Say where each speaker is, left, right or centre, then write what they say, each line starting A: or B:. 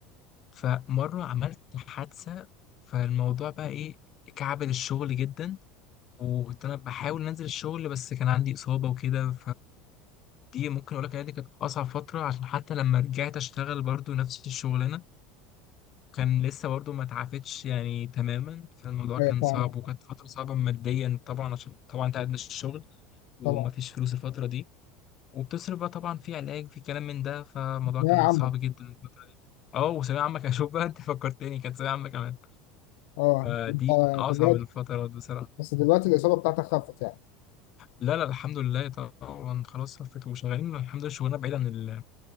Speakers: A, on the left; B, on the left.
A: فمرة عملت حادثة فالموضوع بقى إيه كعبل الشغل جدا وكنت أنا بحاول أنزل الشغل بس كان عندي إصابة وكده دي ممكن اقول لك ان دي كانت اصعب فتره عشان حتى لما رجعت اشتغل برضو نفس الشغلانه كان لسه برضو ما اتعافتش يعني تماما فالموضوع
B: ايوه
A: كان
B: طبعا
A: صعب وكانت فتره صعبه ماديا طبعا عشان طبعا انت قاعد مش الشغل وما
B: طبعا
A: فيش فلوس الفتره دي وبتصرف بقى طبعا في علاج في كلام من ده فالموضوع
B: يا
A: كان
B: عم
A: صعب جدا الفترة دي. اه وثانوية عامة كان شوف بقى انت فكرتني كانت ثانوية عامة كمان
B: اه
A: فدي
B: انت
A: من اصعب
B: دلوقتي
A: الفترات بصراحة
B: بس دلوقتي الاصابه بتاعتك خفت يعني
A: لا لا الحمد لله طبعا خلاص صفت وشغالين الحمد لله شغلنا بعيد عن